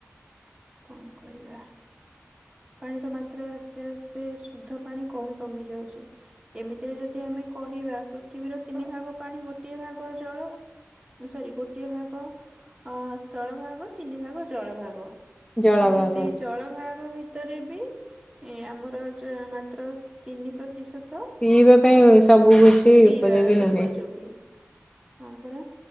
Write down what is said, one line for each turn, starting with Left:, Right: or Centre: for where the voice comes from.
Right: କଣ କରିବା। ପାଣିର ମାତ୍ରା ଆସ୍ତେ ଆସ୍ତେ ଶୁଦ୍ଧ ପାଣି କମି କମି ଯାଉଛି ଏମିତିରେ ଯଦି ଆମେ କହିବା ପୃଥିବୀର ତିନି ଭାଗ ପାଣି ଗୋଟିଏ ଭାଗ ଜଳ ସରି ଗୋଟିଏ ଭାଗ ଅ ସ୍ଥଳ ଭାଗ ତିନି ଭାଗ ଜଳ ଭାଗ
Left: ଜଳଭାଗ
Right: କିନ୍ତୁ ସେଇ ଜଳ ଭାଗ ବି ବି ଏ ଆମର ଯ ମାତ୍ର ତିନି ପ୍ରତିଶତ ଅ
Left: ପିଇବା ପାଇଁ ସବୁ କିଛି
Right: ପିଇବା
Left: ଉପଯୋଗୀ ନୁହେଁ।
Right: ଉପଯୋଗୀ ହଁ ପରା